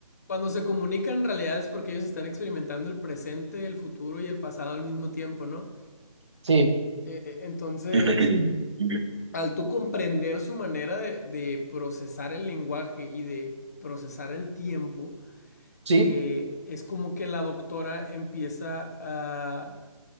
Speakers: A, on the left; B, on the right.
A: Cuando se comunican en realidad es porque ellos están experimentando el presente, el futuro y el pasado al mismo tiempo, ¿no?
B: sí.
A: Eh, Entonces,
B: <clears throat>
A: al tú comprender su manera de, de procesar el lenguaje y de procesar el tiempo,
B: Sí,
A: eh, es como que la doctora empieza a,